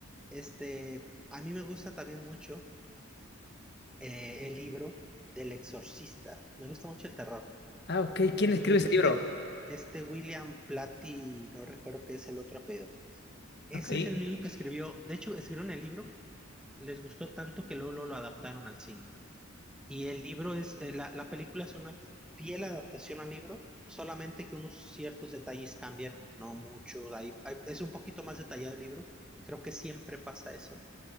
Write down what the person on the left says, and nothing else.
Ah, ok. ¿Quién
escribe
ese libro?
Ok.